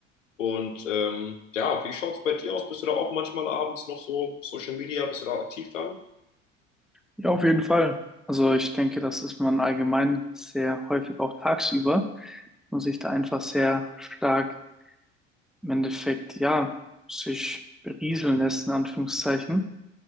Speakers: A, on the left; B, in the centre.
A: Und ähm, ja, wie schaut es bei dir aus? Bist du da auch manchmal abends noch so Social Media, bist du da aktiv dann?
B: Ja, auf jeden Fall. Also ich denke, das ist man allgemein sehr häufig auch tagsüber und sich da einfach sehr stark im Endeffekt, ja, sich berieseln lässt, in Anführungszeichen.